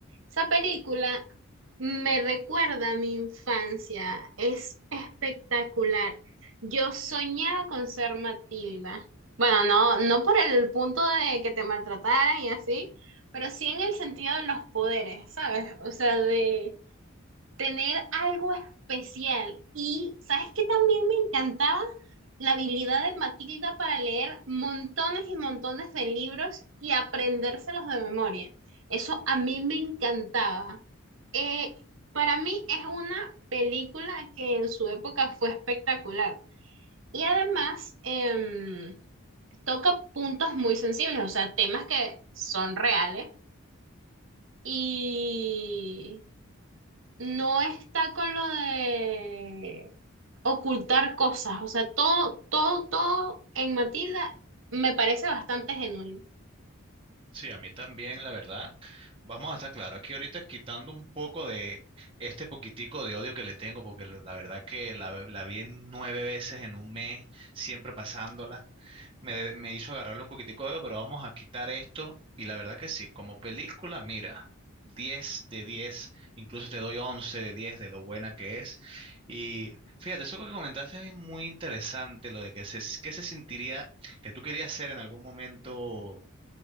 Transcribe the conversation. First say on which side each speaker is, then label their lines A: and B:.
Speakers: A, on the right (about 65°); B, on the right (about 25°).
A: Esa película me recuerda a mi infancia. Es espectacular. Yo soñaba con ser Matilda. Bueno, no, no por el punto de que te maltrataran y así, pero sí en el sentido de los poderes, ¿sabes? O sea, de tener algo especial. Y sabes que también me encantaba la habilidad de Matilda para leer montones y montones de libros y aprendérselos de memoria. Eso a mí me encantaba. Eh, para mí es una película que en su época fue espectacular. Y además em, toca puntos muy sensibles, o sea, temas que son reales y no está con lo de ocultar cosas, o sea, todo, todo, todo en Matilda me parece bastante genuino.
B: Sí, a mí también, la verdad. Vamos a estar claro, aquí ahorita quitando un poco de este poquitico de odio que le tengo, porque la la verdad que la, la vi en nueve veces en un mes, siempre pasándola. me, me hizo agarrarle un poquitico de, dedo, pero vamos a quitar esto. Y la verdad que sí, como película, mira, diez de diez incluso te doy 11 de 10 de lo buena que es. Y fíjate, eso que comentaste es muy interesante, lo de que se, que se sentiría, que tú querías ser en algún momento